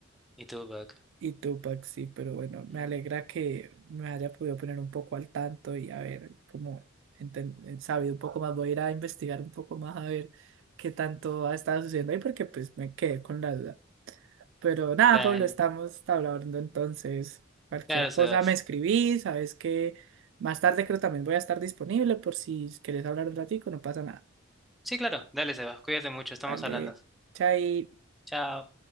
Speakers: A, in the centre; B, on the right.
A: ¿Y tú, Buck?
B: Y Tupac, sí, pero bueno, me
A: Mm,
B: alegra que me haya podido poner un poco al tanto y a ver cómo enten- eh, sabido un poco más. Voy a ir a investigar un poco más a ver qué tanto ha estado sucediendo ahí, porque pues me quedé con la duda. Pero nada,
A: Dale.
B: Pablo, estamos hablando entonces. Cualquier
A: Claro, Sebas.
B: cosa me escribí, sabes que más tarde creo también voy a estar disponible por si quieres hablar un ratico, no pasa nada.
A: Sí, claro. Dale, Sebas. Cuídate mucho. Estamos
B: Dale,
A: hablando.
B: chai.
A: Chao.